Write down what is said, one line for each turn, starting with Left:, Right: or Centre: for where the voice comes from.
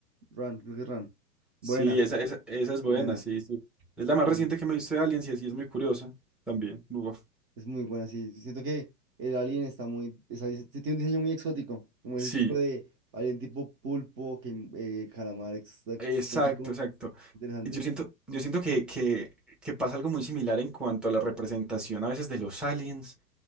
Right: Run, creo que es Run. Buena.
Centre: Sí, esa, esa, esa es buena,
Right: Buena,
Centre: sí, sí. Es la más
Right: mm,
Centre: reciente que me he visto de Aliens y es, y es muy curiosa también. Uf.
Right: es muy buena, sí. Siento que el alien está muy, o sea, es- tiene un diseño muy exótico, como
Centre: Sí,
Right: ese tipo de alien tipo pulpo, que, mm, eh, calamar ex- exótico.
Centre: exacto, exacto.
Right: Interesante.
Centre: Yo siento, yo siento que, que, que pasa algo muy similar en cuanto a la representación a veces de los aliens